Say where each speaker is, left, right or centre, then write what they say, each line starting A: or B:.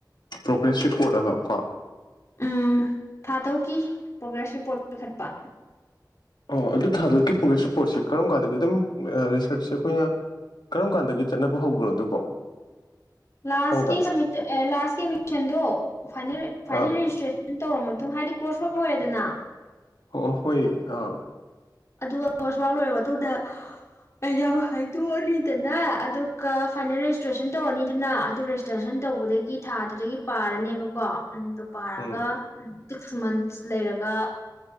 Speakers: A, on the left; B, on the left.
A: ꯄ꯭ꯔꯣꯒ꯭ꯔꯦꯁ ꯔꯤꯄꯣꯔꯠ ꯍꯥꯏꯕ ꯀꯣ
B: ꯎꯝ ꯊꯥ ꯇꯔꯨꯛꯀꯤ ꯄ꯭ꯔꯣꯒ꯭ꯔꯦꯁ ꯔꯤꯄꯣꯔꯠ ꯄꯤꯈꯠꯄ
A: ꯑꯣ ꯑꯗꯨ ꯊꯥ ꯇꯔꯨꯛꯀꯤ ꯄ꯭ꯔꯒ꯭ꯔꯦꯁ ꯔꯤꯄꯣꯔꯠꯁꯦ ꯀꯔꯝ ꯀꯥꯟꯗꯗꯒꯤ ꯑꯗꯨꯝ ꯑ ꯔꯤꯁꯔꯠꯁꯦ ꯑꯩꯈꯣꯏꯅ ꯀꯔꯝ ꯀꯥꯟꯗꯒꯤ ꯆꯠꯅꯕ ꯍꯧꯕꯅꯣ ꯑꯗꯨꯕꯣ
B: ꯂꯥꯁꯀꯤ
A: ꯈꯪꯕ꯭ꯔꯥ
B: ꯁꯞꯃꯤꯁꯟ ꯑꯦ ꯂꯥꯁꯀꯤ ꯑꯦꯗꯃꯤꯁꯟꯗꯣ ꯐꯥꯏꯅꯦꯜ ꯐꯥꯏꯅꯦꯜ
A: ꯑꯥ
B: ꯔꯦꯖꯤꯁꯇ꯭ꯔꯦꯁꯟ ꯇꯧꯔ ꯃꯥ ꯑꯗꯨꯝ ꯍꯥꯏꯗꯤ ꯀꯣꯔꯁ ꯋꯥꯛ ꯂꯣꯏꯔꯦꯗꯅ
A: ꯍꯣ ꯍꯣꯏ ꯑꯥ
B: ꯑꯗꯨꯒ ꯀꯣꯔꯁ ꯋꯥꯛ ꯂꯣꯏꯔꯕ ꯑꯗꯨꯗ ꯑꯩ ꯌꯥꯝ ꯍꯩ ꯇꯣꯛꯑꯅꯤꯗꯅ ꯑꯗꯨꯒ ꯐꯥꯏꯅꯦꯜ ꯔꯦꯖꯤꯁꯇ꯭ꯔꯦꯁꯟ ꯇꯧꯔꯅꯤꯗꯅ ꯑꯗꯨ ꯔꯦꯖꯤꯁꯇ꯭ꯔꯦꯁꯟ ꯇꯧꯕꯗꯒꯤ ꯊꯥꯗꯨꯗꯒꯤ ꯄꯥꯔꯅꯦꯕꯀꯣ ꯎꯝ ꯑꯗꯨ ꯄꯥꯔꯒ
A: ꯎꯝ
B: ꯎꯝ ꯁꯤꯛꯁ ꯃꯟꯁ ꯂꯩꯔꯒ